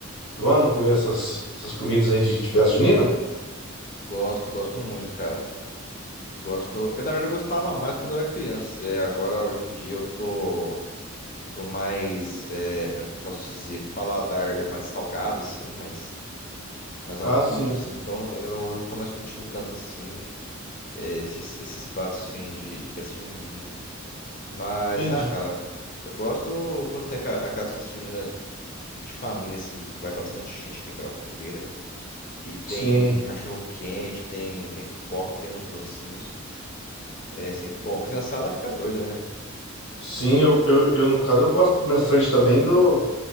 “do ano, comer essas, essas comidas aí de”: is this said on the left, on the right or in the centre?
Left